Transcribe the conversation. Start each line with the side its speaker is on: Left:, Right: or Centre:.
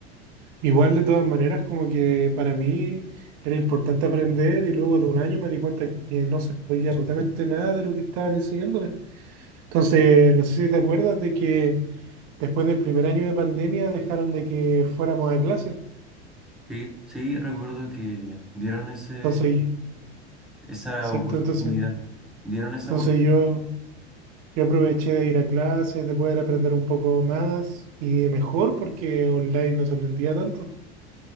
Right: Igual de todas maneras, como que para mí era importante aprender y luego de un año me di cuenta que no sabía absolutamente nada de lo que estaban enseñándome. Entonces, no sé si te acuerdas de que después del primer año de pandemia dejaron de que fuéramos a clases.
Centre: Sí, sí, recuerdo que dieron ese
Right: Entonces, yo-
Centre: esa
Right: exacto,
Centre: oportunidad.
Right: entonces,
Centre: ¿Dieron esa
Right: entonces
Centre: oportunidad?
Right: yo, yo aproveché de ir a clases, de poder aprender un poco más y mejor porque online no se aprendía tanto.